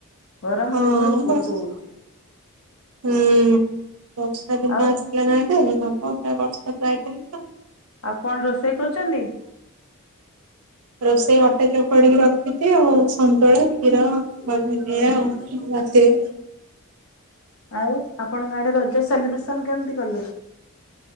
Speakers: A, on the left (about 65°); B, on the right (about 80°).
A: ଗରମ
B: ହଁ
A: ଗୁଳ ଗୁଳି ବହୁତ
B: ବର୍ଷା
A: ହଉଛି,
B: ହୁଁ ବର୍ଷା
A: ଆଉ
B: <unintelligible>
A: ଆଉ କଣ ରୋଷେଇ କରୁଛନ୍ତି? <inaudible>
B: ରୋଷେଇ ଅଟେ ଚପଡିକି ରଖିଛି ଆଉ ସନ୍ତୁଳା କ୍ଷୀର। ରାତିରେ
A: ଆଉ ଆପଣଙ୍କ ଆଡେ ରଜ ସେଲିବ୍ରେସନ କେମିତି କଲେ?